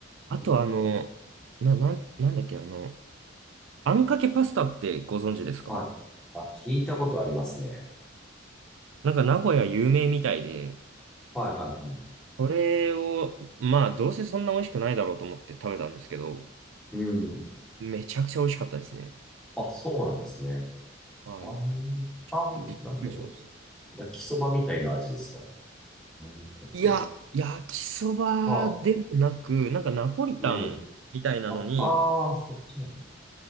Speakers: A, in the centre; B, on the right.
A: う
B: あと、あの、
A: ん。
B: な、なん、なんだっけ、あの、あんかけパスタってご存知ですか
A: はい。あ、聞いたことありますね。
B: なんか名古屋有名みたいで、
A: はいはいはい。
B: これを、まあ、どうせそんな美味しくないだろうと思って食べたんですけど、
A: うん。
B: めちゃくちゃ美味しかったですね。
A: あ、そうなんですね。
B: はい。
A: あーあー、
B: びっくりしました。
A: なんだろう。焼きそばみたいな味ですか何かけ。
B: いや、焼きそばでもなく、
A: はあ、
B: なんかナポリタンみたいなのに、
A: うん。あ、ああ、そっちなんです。